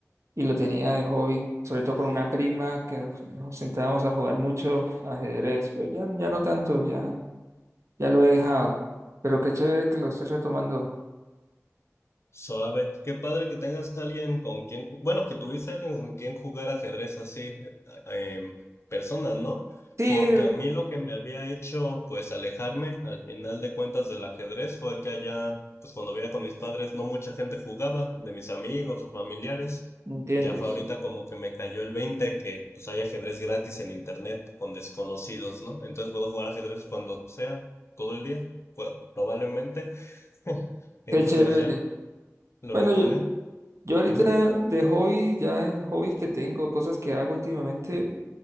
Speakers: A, on the right; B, on the left.
A: y lo tenía de hobby, sobre todo con una prima que nos, nos sentábamos a jugar mucho ajedrez. Pues ya, ya no tanto, ya, ya lo he dejado. Pero qué chévere que lo estés retomando.
B: Suave. Qué padre que tengas alguien con quien, ju- bueno, que tuviese alguien con quien jugar ajedrez así, eh, em, personas, ¿no?
A: Sí,
B: Porque a mí lo que me había hecho, pues, alejarme al final de cuentas del ajedrez fue que allá, pues, cuando vivía con mis padres, no mucha gente jugaba, de mis amigos o familiares.
A: entiendo,
B: Ya fue
A: sí.
B: ahorita como que me cayó el 20 que, pues, hay ajedrez gratis en internet con desconocidos, ¿no? Entonces puedo jugar ajedrez cuando sea, todo el día, pues, probablemente. <laughs> Entonces
A: Qué chévere.
B: ya lo
A: Bueno,
B: retomé.
A: yo, yo ahorita
B: Ujú.
A: de hobby, ya hobbies que tengo, cosas que hago últimamente.